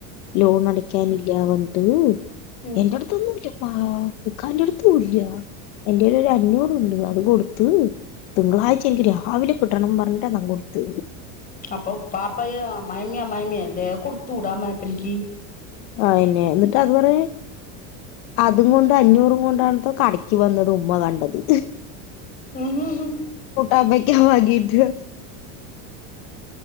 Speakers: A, on the left; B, on the left.
A: ലോൺ അടയ്ക്കാനി ഇല്ലാ പറഞ്ഞിട്ട്
B: ഉം
A: എന്റെ അടുത്ത്ന്നൂല്ല ആ ഇ ക്കാന്റെ അടുത്തുല്ല്യ എന്റെ കയ്യിൽ ഒരു അഞ്ഞൂറ് ഉണ്ട് അത് കൊടുത്ത് തിങ്കളാഴ്ച എനിക്ക് രാവിലെ കിട്ടണം പറഞ്ഞിട്ടാ ഞാൻ കൊടുത്തത്
B: അപ്പൊ ഉപ്പാപ്പയ് അമ്മായിമ്മയും അമ്മായിമ്മയും അല്ലേ കൊടുത്തൂടാ അമായിപ്പനിക്ക്
A: ആ ന്നെ എന്നിട്ട് അത്പറ അതും കൊണ്ട് അഞ്ഞൂറും കൊണ്ടാണ്ത്രെ കടക്ക് വന്നത് ഉമ്മ കണ്ടത്
B: <unintelligible>
A: ആ ബക്ക വാങ്ങിട്ട്